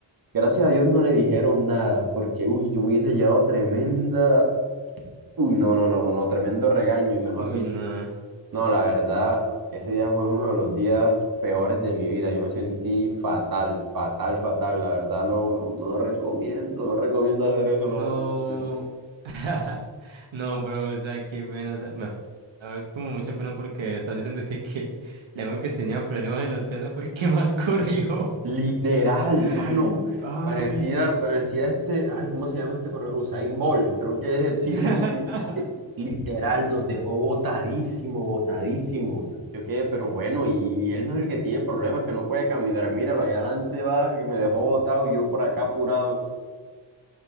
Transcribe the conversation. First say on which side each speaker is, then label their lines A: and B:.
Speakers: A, on the right; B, on the right.
A: Gracias a Dios no le dijeron nada, porque uy, yo me hubiese llevado tremenda Uy, no, no, no, no, no, tremendo regaño y mejor
B: Uy,
A: dicho.
B: no.
A: No, la verdad, ese día fue uno de los días peores de mi vida. Yo me sentí fatal, fatal, fatal. La verdad, no, no, no recomiendo, no recomiendo hacer eso
B: No.
A: nuevamente.
B: <laughs> No, pero, o sea, qué pena. O sea, me da como mucha pena porque estás diciendo que, que la única que tenía problemas en las piernas fue el que más corrió.
A: Literal,
B: <laughs>
A: mano.
B: Ay.
A: Parecía, parecía este, ay, ¿cómo se llama este correo? Usain Bolt, creo que es, sí,
B: <laughs>
A: sí, sí, sí. Eh, Literal, nos dejó botadísimo, botadísimo. Yo quedé, pero bueno, y él no es el que tiene problemas, que no puede caminar. Míralo, allá adelante va, que me dejó botado y yo por acá apurado.